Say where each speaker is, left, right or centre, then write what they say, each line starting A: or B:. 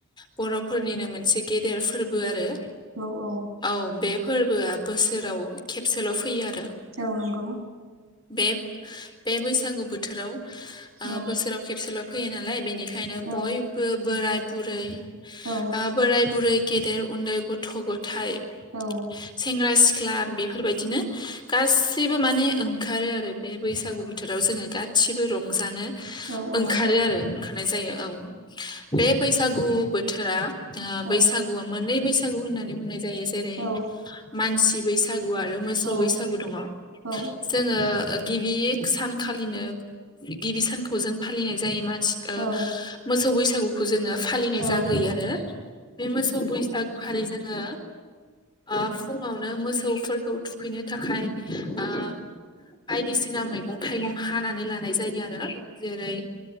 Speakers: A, on the left; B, on the right.
A: बर'फोरनिनो मोनसे गेदेर फोरबो आरो
B: औ औ
A: औ बे फोरबोआ बोसोराव खेबसेल' फैयो आरो
B: औ नंगौ
A: बे बे बैसागु बोथोराव ओ
B: औ
A: बोसोराव खेबसेल' फैयो नालाय बेनिख बेखायनो
B: औ
A: बयबो बोराय बुरै
B: औ
A: ओ बोराय बुरै गेदेर उन्दै गथ' गथाय
B: औ
A: सेंग्रा सिख्ला बिफोरबायदिनो गासैबो माने ओंखारो आरो बे बैसागु बोथोराव जोङो गासिबो रंजानो
B: औ औ
A: ओंखारो आरो ओंखारनाय जायो औ बे बैसाग बैसागु बोथोरा ओ
B: औ
A: बैसागुआ मोननै बैसागु होननानै बुंनाय जायो जेरै
B: औ
A: मानसि बैसागु आरो मोसौ
B: औ
A: बैसागु दङ
B: औ
A: जोङो गिबि सानखालिनो गिबि सानखौ जों फालिनाय जायो म ओ
B: औ
A: मोसौ बैसागुखौ जोङो फालिनाय
B: औ
A: जाग्रोयो आरो बे मोसौ बैसा गुखालि जोङो ओ फुङावनो मोसौफोरखौ थुखैनो थाखाय ओ बायदिसिना मैगं थाइगं हानानै लानाय जायो आरो जेरै हो